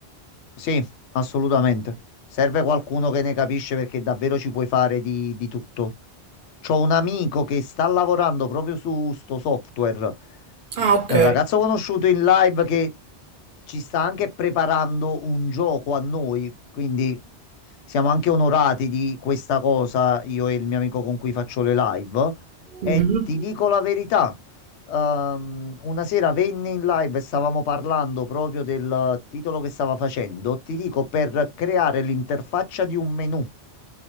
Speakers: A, on the left; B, on the right.
A: Sì, assolutamente. Serve qualcuno che ne capisce perché davvero ci puoi fare di, di tutto. C'ho un amico che sta lavorando proprio su sto software.
B: Ah, ok.
A: È un ragazzo conosciuto in live che ci sta anche preparando un gioco a noi, quindi siamo anche onorati di questa cosa, io e il mio amico con cui faccio le live.
B: Mhm.
A: E ti dico la verità, ehm, una sera venne in live e stavamo parlando proprio del titolo che stava facendo. Ti dico per creare l'interfaccia di un menu.